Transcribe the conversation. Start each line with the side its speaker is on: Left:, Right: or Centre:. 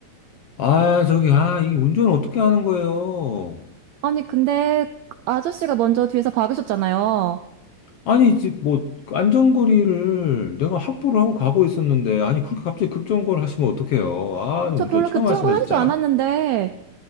Left: 아, 저기, 아, 이 운전 어떻게 하는 거예요?
Right: 아니, 근데 아저씨가 먼저 뒤에서 박으셨잖아요.
Left: 아니, 이제 뭐, 안전거리를 내가 확보를 하고 가고 있었는데, 아니, 그렇게 갑자기 급정거를 하시면 어떡해요. 아, 니
Right: 저
Left: 운전
Right: 별로
Left: 처음
Right: 급정거
Left: 하시네,
Right: 하지도
Left: 진짜.
Right: 않았는데.